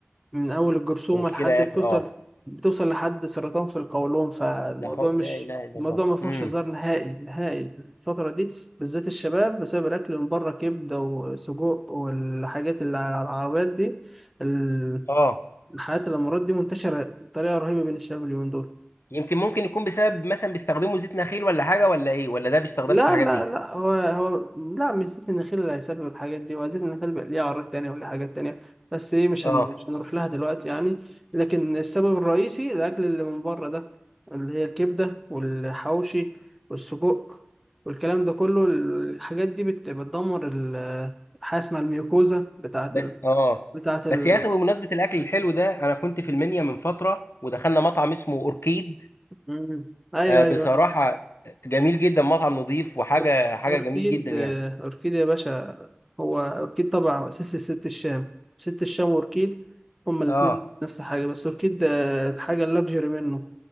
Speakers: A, in the centre; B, on the left.
A: من أول الجرثومة
B: دي مشكلة
A: لحد
B: يا
A: بتوصل
B: اخي اه
A: بتوصل لحد سرطان في القولون فالموضوع
B: لا خو...
A: مش
B: لا اله الا
A: الموضوع
B: الله
A: ما فيهوش
B: امم
A: هزار نهائي نهائي الفترة دي بالذات الشباب بسبب الأكل من بره كبدة وسجق والحاجات اللي على العربيات دي ال-
B: اه
A: الحاجات الأمراض دي منتشرة بطريقة رهيبة بين الشباب اليومين دول
B: يمكن ممكن يكون بسبب مثلا بيستخدموا زيت نخيل ولا حاجة ولا ايه ولا ده بيستخدمش
A: لا
B: في الحاجات
A: لا
B: دي
A: لا هو هو لا مش زيت النخيل اللي هيسبب الحاجات دي وزيت النخيل بقى ليه أعراض تانية وليه حاجات تانية بس إيه مش
B: اه
A: هن... مش هنروح لها دلوقتي يعني لكن السبب الرئيسي الأكل اللي من بره ده اللي هي الكبدة والحواوشي والسجق والكلام ده كله الحاجات دي بت... بتدمر ال- حاجة اسمها الميوكوزا بتاعة
B: بس
A: ال...
B: اه
A: بتاعة ال...
B: بس يا اخي بمناسبه الاكل الحلو ده انا كنت في المنيا من فتره ودخلنا مطعم اسمه اوركيد
A: مم. أيوه
B: آه بصراحه
A: أيوه
B: جميل جدا مطعم نظيف وحاجه
A: أورك-
B: حاجه
A: أوركيد
B: جميل جدا يعني
A: آه، أوركيد يا باشا هو أوركيد طبعا أساسي ست الشام ست الشام وأوركيد هما الاتنين
B: اه
A: نفس الحاجة بس أوركيد ده الحاجة اللكجري منه